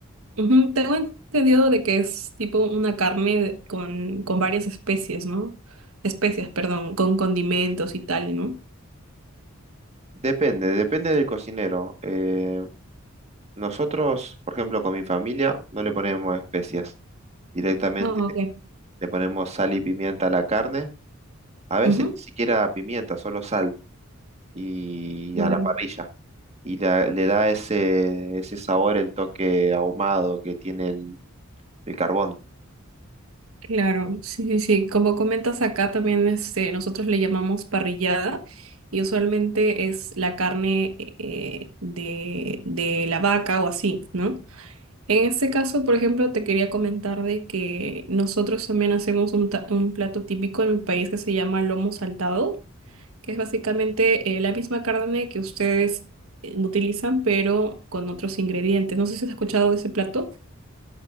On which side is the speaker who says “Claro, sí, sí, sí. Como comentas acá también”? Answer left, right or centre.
Right